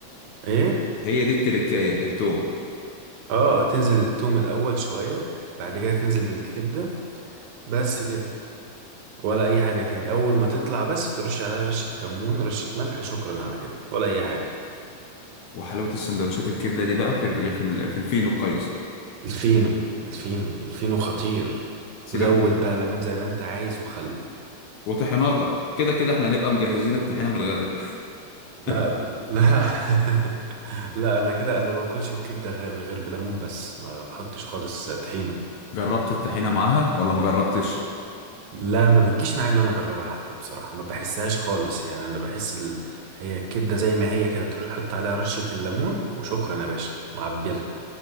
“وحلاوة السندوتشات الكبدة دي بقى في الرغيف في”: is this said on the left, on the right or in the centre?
Left